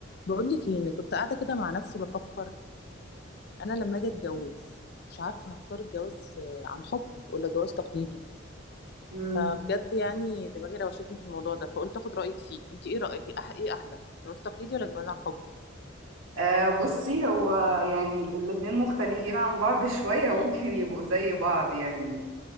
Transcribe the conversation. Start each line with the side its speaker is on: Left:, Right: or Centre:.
Left: بقول لك ايه إني كنت قاعده كده مع نفسي بفكر انا لما اجي اتجوز مش عارفه هختار الجواز آه، عن حب ولا جواز تقليدي
Right: مم.
Left: فبجد يعني دماغي روشتني في الموضوع ده فقلت اخد رايك فيه انت ايه رايك إيه أح ايه احلى جواز تقليدي ولا جواز عن حب
Right: آه بصي هو يعني الاتنين مختلفين عن بعض <laughs> شوية ممكن يبقوا زي بعض يعني